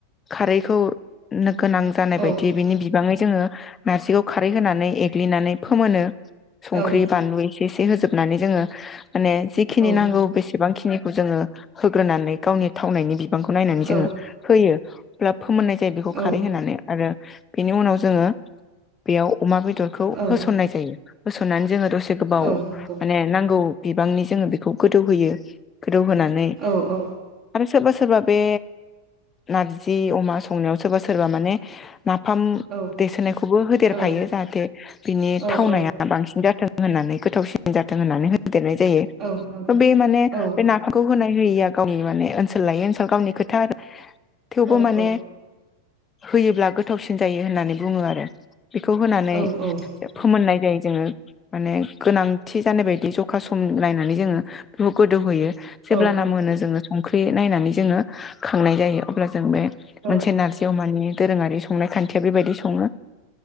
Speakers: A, on the left; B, on the right.
A: खारैखौ नो गोनां जानाय
B: औ
A: बायदि बिनि बिबाङै जोङो नारजिखौ खारै होनानै एग्लिनानै फोमोनो संख्रि
B: औ
A: बानलुनि एसे एसे होजोबनानै जोङो माने जिखिनि
B: औ
A: नांगौ बेसेबांखि जोङो होग्रोनानै गावनि थावनायनि बि बिबांखौ नायनानै
B: औ
A: जोङो होयो <inaudible> फोमोननाय जायो बेखौ
B: औ
A: खारै होनानै आरो बेनि उनाव जोङो बेयाव अमा बेदरखौ
B: औ
A: होसननाय जायो। होसननानै जोङो द से गोबाव
B: औ नंगौ
A: माने नांगौ बिबांनि जोङो बेखौ गोदौ होयो। रौ होनानै
B: औ औ
A: सोरबा सोरबा बे नारजि अमा संनायाव सोरबा सोरबा माने ना फाम
B: औ
A: दैसोनायखौबो होदेरफायो
B: औ
A: जाहाथे बिनि
B: औ
A: थावनाया बांसिन जाथों होननानै गोथावसिन जाथों होननानै होदेरनाय जायो
B: औ नंगौ
A: बे माने
B: औ
A: खौ होनाय होयिया गावनि माने ओनसोल लायै ओनसोल गावनि खोथा थेवबो
B: औ
A: माने
B: औ
A: होयोब्ला गोथावसिन जायो होननानै बुङो आरो। बेखौ होनानै
B: औ नंगौ
A: फोमोननाय जायो जोङो। माने गोनांथि जानाय बायदि जखा सम नायनानै जोङो बेखौ गोदौहोयो। जेब्लाना
B: औ
A: मोनो जोङो संख्रि नायनानै जोङो खांनाय जायो अब्ला जों बे
B: औ
A: मोनसे नारजि अमानि दोरोङारि संनाय खान्थिया बेबायदि सङो